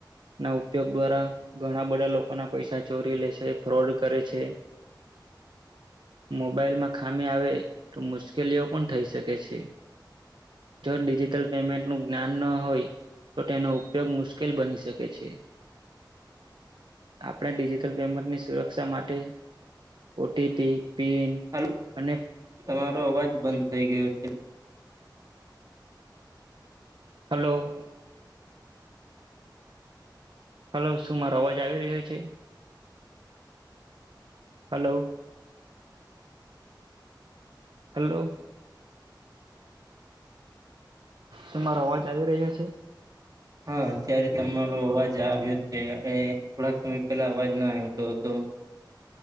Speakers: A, on the right; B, on the right.
A: ના ઉપયોગ દ્વારા ઘણા બધા લોકોના પૈસા ચોરી લે છે ફ્રોડ કરે છે મોબાઈલમાં ખામી આવે તો મુશ્કેલીઓ પણ થઈ શકે છે જો ડિજિટલ પેમેન્ટ નું જ્ઞાન ન હોય. તો તેનો ઉપયોગ મુશ્કેલ બની શકે છે આપણે ડિજિટલ પેમેન્ટની સુરક્ષા માટે. ટી પી પિન
B: હાલો
A: અને
B: તમારો અવાજ બંધ થઈ ગયો છે.
A: હલો. હલો શું મારો અવાજ આવી રહ્યો છે હલો હલો. શું મારો અવાજ આવી રહ્યો છે.
B: હા અત્યારે તમારો અવાજ આવ્યો છે એ થોડાક સમય પહેલા અવાજ ના આવતો હતો